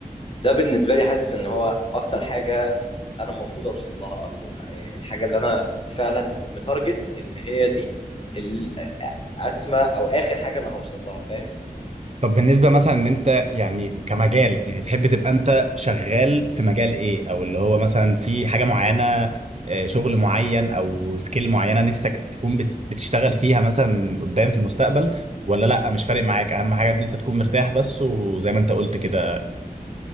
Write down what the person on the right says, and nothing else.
طب بالنسبة مثلا ان انت يعني كمجال يعني تحب تبقى انت شغال في مجال ايه او اللي هو مثلا في حاجة معينة آه، شغل معين او سكيل معينة نفسك تكون بت- بتشتغل فيها مثلا قدام في المستقبل ولا لا مش فارق معاك اهم حاجة ان انت تكون مرتاح بس وزي ما انت قلت كده